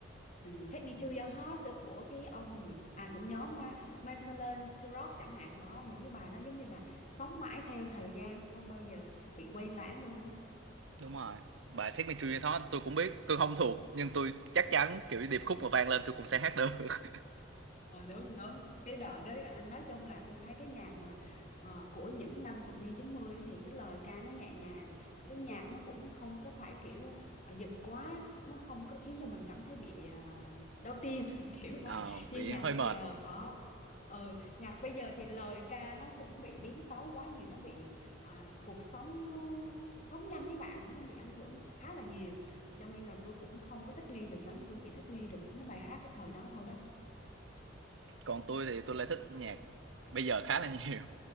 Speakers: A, on the left; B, on the right.
A: ừm, Take Me to Your Heart của cái ông gì à của nhóm Ma- Michael Turok chẳng hạn đó những cái bài đó giống như là sống mãi theo thời gian không bao giờ bị quay lãng luôn á
B: đúng rồi bài Take Me To Your Thought tôi cũng biết tôi không thuộc nhưng tôi chắc chắn kiểu điệp khúc mà vang lên tôi cũng sẽ hát được <laughs>
A: Ờ, đúng đúng cái đoạn đấy à, nói chung là tôi thấy cái nhạc mà ờ, của những năm thập niên 90 ấy thì cái lời ca nó nhẹ nhàng cái nhạc nó cũng không có phải kiểu ờ, giật quá nó không có khiến cho mình cảm thấy bị à, đau tim <laughs> kiểu vậy
B: Ờ,
A: như
B: bị
A: nhạc
B: hơi
A: bây
B: mệt
A: giờ ở ừ nhạc bây giờ thì lời ca nó cũng bị biến tấu quá nhiều nó bị à, cuộc sống nó sống nhanh đấy bạn nó bị ảnh hưởng khá là nhiều cho nên là tôi cũng không có thích nghi được lắm tôi chỉ thích nghi được những cái bài hát cái thời đó thôi đó
B: còn tôi thì tôi lại thích nhạc bây giờ khá là nhiều